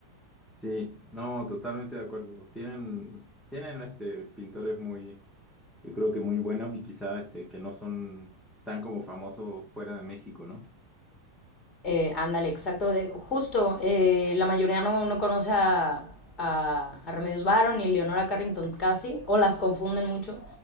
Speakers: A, in the centre; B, on the left.
A: Sí, no, totalmente de acuerdo. Tienen, tienen este, pintores muy, yo creo que muy buenos y quizás este, que no son tan como famosos fuera de México, ¿no?
B: Eh, ándale, exacto. eh, justo, eh, la mayoría no, no conoce a, a- a Remedios Varo ni Leonora Carrington casi, o las confunden mucho,